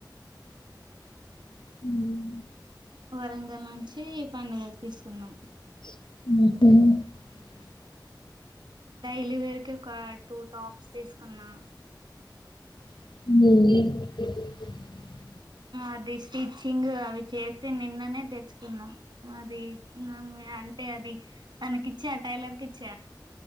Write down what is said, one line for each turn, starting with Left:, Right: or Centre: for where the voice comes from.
Left: ఉ
Right: వరంగల్ నుంచి పండగకి తీసుకున్నాం
Left: <unintelligible>
Right: డైలీ వేర్ కి ఒక టూ టాప్స్ తీసుకున్నా
Left: <unintelligible>
Right: అది స్టిచ్చింగ్ అవి చేసి నిన్ననే తెచ్చుకున్నాం అది నా అంటే అది తనకి ఇచ్చా టైలర్ కి ఇచ్చ